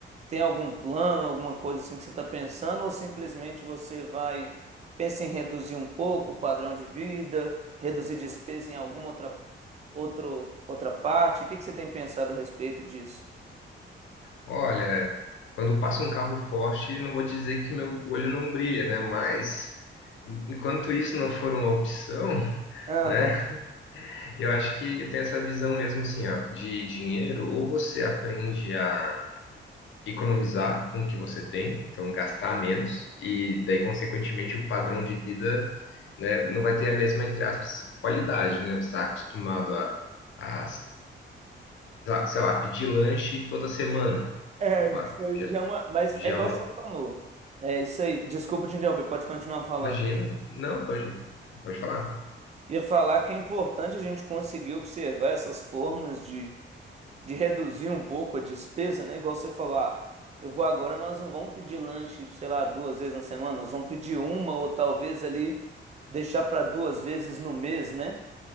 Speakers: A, on the right; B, on the left.
A: tem algum plano, alguma coisa assim que você está pensando, ou simplesmente você vai, pensa em reduzir um pouco o padrão de vida, reduzir despesa em alguma outra, outro, outra parte. O que que você tem pensado a respeito disso?
B: Olha, quando passa um carro forte, não vou dizer que meu olho não brilha, né? Mas, enquanto isso não for uma opção,
A: Aham.
B: né? Eu acho que tem essa visão mesmo assim, ó, de dinheiro, ou você aprende a economizar com o que você tem, então gastar menos, e daí, consequentemente, o padrão de vida, né, não vai ter a mesma, entre aspas, qualidade, né? Você está acostumado a, a, a, sei lá, pedir lanche toda semana.
A: É,
B: Opa,
A: isso aí
B: já,
A: já é uma. Mas
B: já
A: é igual
B: é uma.
A: você falou. É isso aí. Desculpa te interromper, pode continuar falando.
B: Imagina, não, pode, pode falar.
A: Ia falar que é importante a gente conseguir observar essas formas de de reduzir um pouco a despesa, né? Igual você falou, ah, eu vou agora, nós não vamos pedir lanche, sei lá, duas vezes na semana, nós vamos pedir uma ou talvez ali deixar para duas vezes no mês, né?